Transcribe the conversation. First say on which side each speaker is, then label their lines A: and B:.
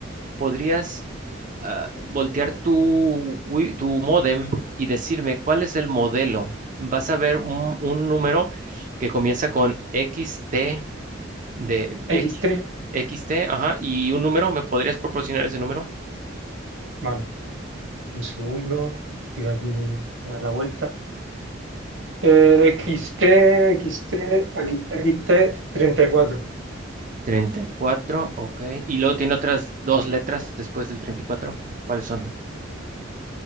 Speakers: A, on the right; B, on the right.
A: podrías ah, voltear tu, wi- tu módem y decirme cuál es el modelo. Vas a ver un, un número que comienza con X T de
B: x
A: X,
B: t
A: XT, ajá, y un número, ¿me podrías proporcionar ese número?
B: Vale. Un segundo. Estoy aquí mi- a dar la vuelta. Eh, XT, XT, aquí, XT 34.
A: 34, ok. Y luego tiene otras dos letras después del 34. ¿Cuáles son?